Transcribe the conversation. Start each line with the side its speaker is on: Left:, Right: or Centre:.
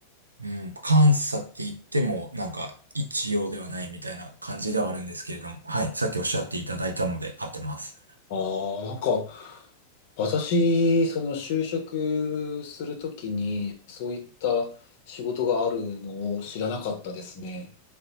Right: うん、監査って言っても、なんか、一様ではないみたいな感じではあるんですけれども、はい、さっきおっしゃっていただいたので合ってます。
Left: ああ、なんか、私、その就職するときに、そういった仕事があるのを知らなかったですね。